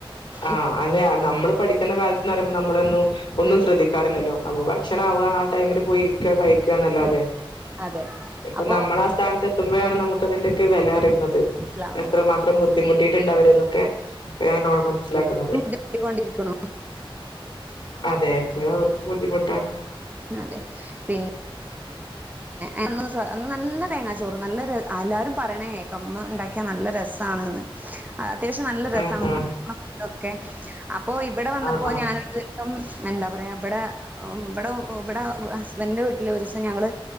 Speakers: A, on the left; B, on the right.
A: ആഹ്
B: ഇ
A: അങ്ങെ നമ്മള് പഠിക്കുന്ന കാലത്ത്ന്ന് പറയുമ്പോൾ നമ്മളൊന്നും ഒന്നും ശ്രദ്ധിക്ക ക്കാറില്ലല്ലോ നമ്മ ഭക്ഷണ ആവു ക ആ ടൈമില് പോയിരിക്കും രിക്ക കഴി ക്ക ന്ന ല്ലാതെ
B: അതെ
A: ഇപ്പൊ
B: അപ്പൊ
A: നമ്മള ആ സ്ഥാനത്ത് എത്തുമ്പഴാണ് നമുക്ക് അതിന്റെക്കെ വില അറിയുന്നത്
B: മനസ്സിലാവണത്
A: എത്രമാത്രം ബുദ്ധിമുട്ടിയിട്ടുണ്ട അവര എന്നൊക്കെ ഇപ്പോഴാ ണ് നമ്മള് മനസ്സിലാക്കുന്നത്
B: ധിട്ടൊണ്ടിരിക്കണോ
A: അതെഇന്ന് അവർക്കും ബുദ്ധിമുട്ടാണ്
B: അതെ പിന്നെ ഏഹന്ന്നല്ല തേങ്ങാ ചോറ് നല്ല എല്ലാരും പറയണേ ഇ മ്മ ഉണ്ടാക്കിയാ നല്ല രസമാണ്ന്ന് അത്യാവശ്യം നല്ല
A: ആ
B: രസമാണ്
A: ആ
B: ഉമ്മ ഒക്കെ അപ്പോഇവിടെ വന്നപ്പോ
A: ആ ആ
B: ഞാന എന്താ പറയാ ഇവിടെ ഇവിടെ ഇവിടെ ഹസ്ബൻഡന്റെ വീട്ടിൽ ഒരി സം ഞങ്ങള്